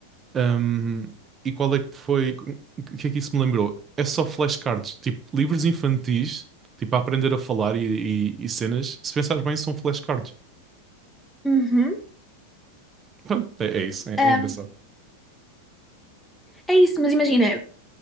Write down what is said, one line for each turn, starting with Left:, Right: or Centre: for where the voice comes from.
Right: Ahm, e qual é que foi. O que é que isso me lembrou? É só flashcards, tipo, livros infantis, tipo, a aprender a falar e, e e cenas, se pensares bem, são flashcards.
Centre: Uhum.
Right: Pronto, é, é isso, é,
Centre: Ahm,
Right: é engraçado.
Centre: é isso, mas imagina,